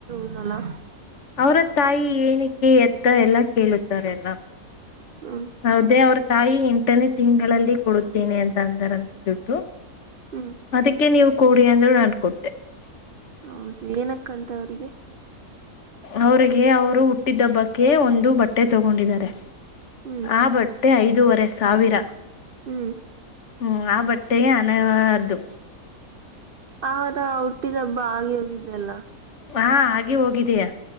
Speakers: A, on the right; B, on the left.
A: <unintelligible>
B: ಅವರ ತಾಯಿ ಏನಕ್ಕೆೆ ಎತ್ತ ಎಲ್ಲ ಕೇಳುತ್ತಾರೆ ಎಲ್ಲ
A: ಹ್ಮ್
B: ಹೌದೇ ಅವ್ರ ತಾಯಿ ಎಂಟನೇ ತಿಂಗಳಲ್ಲಿ ಕೊಡುತ್ತೇನೆ ಅಂತ ಅಂದಾರಂತ ದುಡ್ಡು
A: ಹ್ಮ್
B: ಅದಕ್ಕೆ ನೀವು ಕೋಡಿ ಅಂದ್ ಅನ್ಕೊಟ್ಟೆ
A: ಹೌದು ಏನಕ್ಕಂತ ಅವ್ರಿಗೆ
B: ಅವರಿಗೆ ಅವರು ಹುಟ್ಟಿದ್ದಬ್ಬಕ್ಕೆ ಒಂದು ಬಟ್ಟೆ ತಗೊಂಡಿದ್ದಾರೆ
A: ಹ್ಮ್
B: ಆ ಬಟ್ಟೆ ಐದೂುವರೆ ಸಾವಿರ
A: ಹ್ಮ್
B: ಹ್ಮ್ ಆ ಬಟ್ಟೆೆಗೆ ಅನ್ದು
A: ಆರ ಹುಟ್ಟಿದ ಹಬ್ಬ ಆಗೆ ಹೋಗಿದ್ದೆಲ್ಲ
B: ಹಾ ಹಾಗೆ ಹೋಗಿದಯಾ